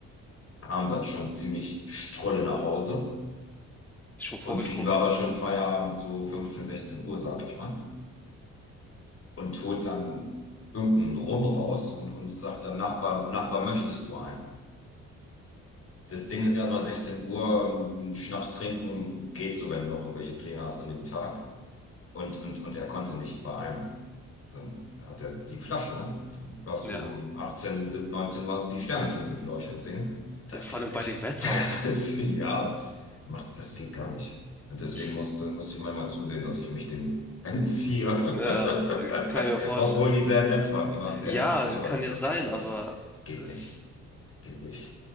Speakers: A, on the left; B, in the centre.
A: kam dann schon ziemlich strolle nach Hause.
B: Ist Schon vorgetrunken.
A: Und für ihn war aber schon Feierabend, so 15, 16 Uhr, sag ich mal. Und holt dann irgendeinen Rum raus und, und sagt dann, Nachbar, Nachbar, möchtest du einen? Das Ding ist erstmal 16 Uhr, ähm, Schnaps trinken geht so, wenn du noch irgendwelche Pläne hast an dem Tag. Und, und, und er konnte nicht bei einem. Dann hat er die Flasche, ne? Dann warst
B: Ja.
A: du um 18, 17, 19 Uhr hast du die Sterne schon irgendwie leuchten sehen. Das
B: Ja, vor
A: geht
B: allem
A: nicht.
B: bei dem Wetter
A: <laughs> Das
B: auch noch.
A: ist, ja, das macht, das geht gar nicht. Und deswegen
B: Ich,
A: musste, musste ich manchmal zusehen, dass ich mich dem entziehe.
B: ja,
A: <laughs>
B: kann ich mir vorstellen.
A: Obwohl die sehr nett waren. Die waren sehr
B: Ja,
A: herzlich, aber
B: kann
A: das,
B: ja
A: das
B: sein,
A: kannst du
B: aber
A: nicht. Das geht
B: es
A: nicht. Geht nicht.